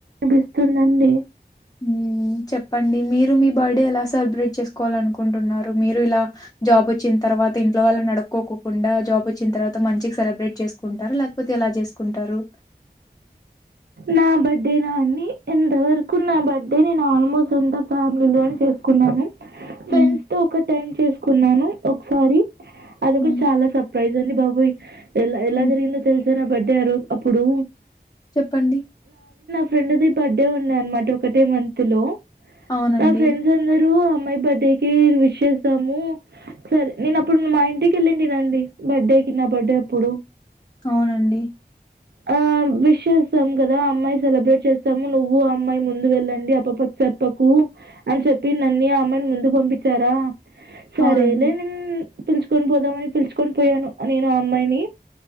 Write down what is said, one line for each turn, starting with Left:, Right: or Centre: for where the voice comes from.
Right: ఏడుస్తుందండి
Left: ఉ చెప్పండి మీరు మీ బర్త్డే ఎలా సెలబ్రేట్ చేసుకోవాల అనుకుంటున్నారు మీరు ఇలా జాబ్ వచ్చిన్ తర్వాత ఇంట్లో వాళ్ళ నడుక్కకోకుండా జాబ్ వచ్చిన తర్వాత మంచికి సెలబ్రే చేసుకుంటార లేకపోతే ఎలా చేసుకుంటారు
Right: నా బర్త్డే నా అని ఎంతవరకు నా బర్త్డే నేను ఆల్ ఫ్యామిలోనే చేసుకున్నాను ఫ్రెండ్స్
Left: హ్మ్.
Right: తో ఒక టైమ్ చేసుకున్నాను ఒకసారి అది
Left: హ్మ్.
Right: కూడా చాల సర్ప్రైజ్ అండి బాబోయ్ ఎలా ఎలా
Left: హ్మ్.
Right: జరిగిందో తెలిసా నా బర్డేయారు అప్పుడు
Left: చెప్పండి.
Right: ఫ్రెండ్ది బర్త్డే ఉంది అనమాట ఒకటే మంత్ లో
Left: అవునండి.
Right: ఆ ఫ్రెండ్స్ అందరు అమ్మాయి బర్త్డే కి విష్ చేస్తాము సరే నేను అప్పుడు మా ఇంటికి వెళ్ళి <unintelligible> బర్త్డే కి నా బర్డే అప్పుడు
Left: అవునండి
Right: ఆ విష్ చేస్తాము కదా అమ్మాయి సెలబ్రేట్ చేస్తాము నువ్వు అమ్మాయి ముందు వెళ్ళండి ఆపాపకు చెప్పకు అని చెప్పిందండి ఆ అమ్మాయిని ముందుకు పంపించారా సరేలే
Left: అవునండి.
Right: నేను పిలుచుకొని పోదామని పిలుచుకొని పోయాను నేను ఆ అమ్మాయిని